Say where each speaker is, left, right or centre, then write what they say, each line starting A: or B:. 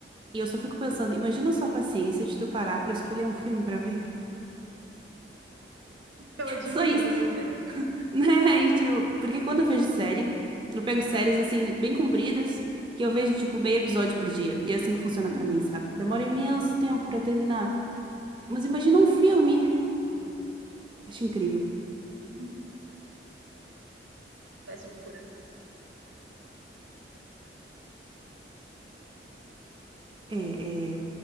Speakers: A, on the right; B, on the right.
A: E eu só fico pensando, imagina só a paciência de tu parar pra escolher um filme pra ver.
B: Eu admiro
A: <laughs> Só isso,
B: também.
A: né? E, tipo, porque quando eu vejo série,
B: Uhum,
A: eu pego séries assim, bem compridas,
B: sim.
A: que eu vejo, tipo, meio episódio por dia. E é assim que funciona
B: <laughs>
A: pra mim, sabe? Demora imenso tempo pra terminar. Mas imagina um filme.
B: Não,
A: Acho incrível.
B: não, eu parece um curador.
A: É, é,